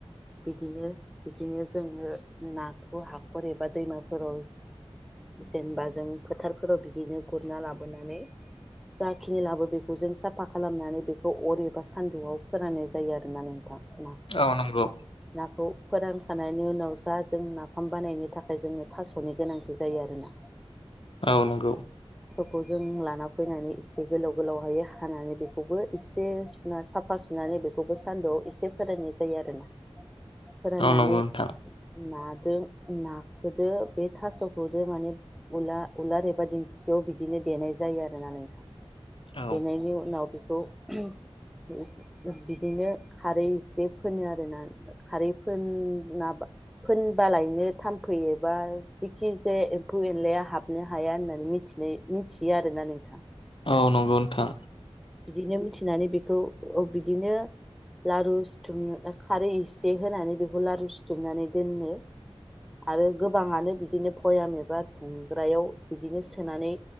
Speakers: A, in the centre; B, on the left.
A: बिदिनो बिदिनो जोंङो नाखौ हाखर एबा दैमाफोराव जेनेबा जों फोथारफोराव बिदिनो गुरना लाबोनानै जाखिनि लाबो बेखौ जों साफा खालामनानै बेखौ अर एबा सान्दुंआव फोराननाय जायो आरोना नोंथां। नाखौ
B: अ नांगौ
A: नाखौ फोरानखांनायनि उनाव जा जों नाफाम बानायनि थाखाय जोंनो थास'नि गोनांथि जायो आरोना।
B: औ नंगौ
A: बे खौ जों लाना फैनानै एसे गोलाव गोलावहाय हानानै बेखौबो एसे सुना साफा सुनानै बेखौबो सान्दुंआव एसे फोरायनाय जायो आरो ना। फोराननानै
B: औ नंगौ नोंथां
A: नादों नाखदो बे थास'खौदो माने उला उलार एबा दिंखियाव बिदिनो देनाय जायो आरोना नोंथां।
B: औ
A: देरनायनि उनाव <unintelligible> खौ <unintelligible> बिदिनो खारै एसे फोनो आरोना। खारै फोनना फोनबालायनो थामफै एबा जिखिजाया एम्फौ एनलाया हाबनो हाया होननानै मिथिनो मिथियो आरोना नोंथां।
B: औ नं औ नोंथां।
A: बिदिनो मिथिनानै बेखौ बिदिनो लारु सिुथुमनो खारै एसे होनानै बेखौ लारु सिुथुमनानै दोनो आरो गोबाङानो बिदिनो पयाम एबा थुंग्रायाव बिदिनो सोनानै